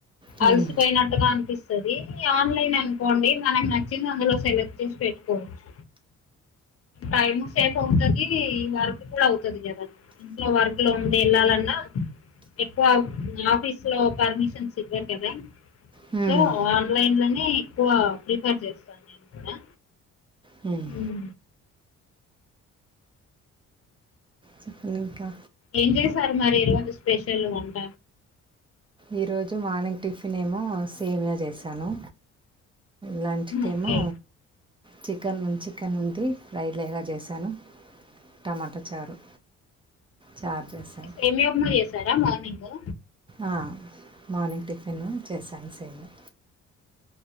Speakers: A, on the right (about 15°); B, on the left (about 50°).
A: హ్మ్.
B: అల్సిపోయినట్టుగా అనిపిస్తది ఆన్లైన్ అనుకోండి తనకు నచ్చింది అందులో సెలెక్ట్ చేసి పెట్టుకోవచ్చు టైం సేఫ్ అవుతుది ఈ వర్క్ కూడా అవుతది కదా ఇంట్లో వర్క్ ట్ లో వుండి యెళ్ళాలన్నా ఎక్కువ ఆఫీస్ లో పర్మిషన్స్ ఇవ్వరు కదా
A: హ్మ్.
B: సో ఆన్లైన్ లోనే ఎక్కువ ప్రిఫర్ చేస్తాన్ నేను కూడా
A: హ్మ్.
B: ఉ
A: చెప్పండి ఇంకా
B: ఏం చేసారు మరి ఈ రోజు స్పెషల్ వంట
A: ఈరోోజు మార్నింగ్ టిఫిన్ ఏమో సేమ్యా చేశాను లంచ్ కేమో
B: ఓకే
A: చికెన్ చికెన్ ఉంది ఫ్రై లాగా చేశాను టమాటా చారు చార్ జెసాను
B: సేమ్యా ఉక్మ చేసారా మార్నింగు
A: ఆ మార్నింగ్ టిఫిను చేశాన్ సేమ్యా